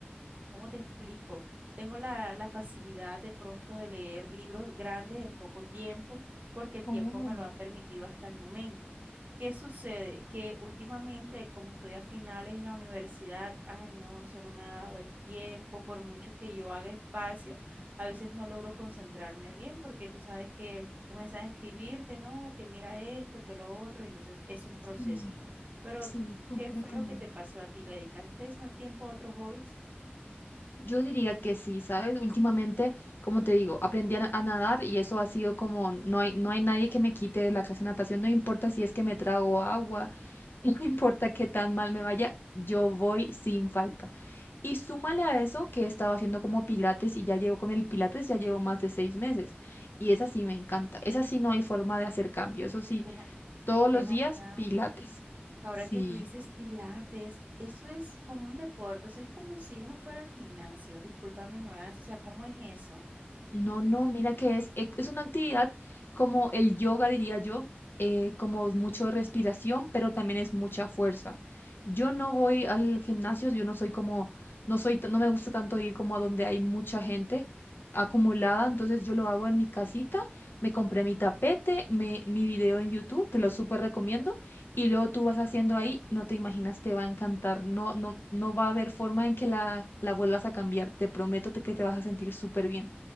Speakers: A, on the right; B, on the left.
A: ¿cómo te explico? Tengo la, la facilidad de pronto de leer libros grandes en poco tiempo porque el
B: Oh,
A: tiempo me lo ha permitido hasta el momento. ¿Qué sucede? Que últimamente, como estoy a finales en la universidad, ay no, eso no me ha dado el tiempo, por mucho que yo haga espacio a veces no logro concentrarme bien porque tú sabes que comienzas a escribirte, ¿no? Que mira esto, que lo otro, entonces es un proceso.
B: sí,
A: Pero,
B: sí,
A: ¿tú
B: completamente.
A: ¿qué fue lo que te pasó a ti? ¿Le dedicaste más tiempo a otros hobbies?
B: Yo diría que sí, ¿sabes? Últimamente, como te digo, aprendí a, na- a nadar y eso ha sido como, no hay, no hay nadie que me quite la clase de natación, no importa si es que me trago agua <laughs> No importa qué tan mal me vaya, yo voy sin falta. Y súmale a eso que he estado haciendo como pilates y ya llevo con el pilates, ya llevo más de seis meses. Y esa sí me encanta. Esa sí no hay forma de hacer cambio. Eso sí,
A: Ven, a-
B: todos
A: ven
B: los días
A: acá.
B: pilates.
A: Ahora
B: Sí.
A: que tú dices pilates, eso es como un deporte, o sea, es como si uno fuera al gimnasio, disculpa mi ignorancia, o sea, ¿cómo es eso?
B: No, no, mira que es, e- es una actividad como el yoga, diría yo, eh, como mucho de respiración, pero también es mucha fuerza. Yo no voy al gimnasio, yo no soy como, no soy, t- no me gusta tanto ir como a donde hay mucha gente acumulada, entonces yo lo hago en mi casita, me compré mi tapete, me, mi video en YouTube, te lo súper recomiendo, y luego tú vas haciendo ahí, no te imaginas, te va a encantar, no, no, no va a haber forma en que la, la vuelvas a cambiar, te prometo te- que te vas a sentir súper bien.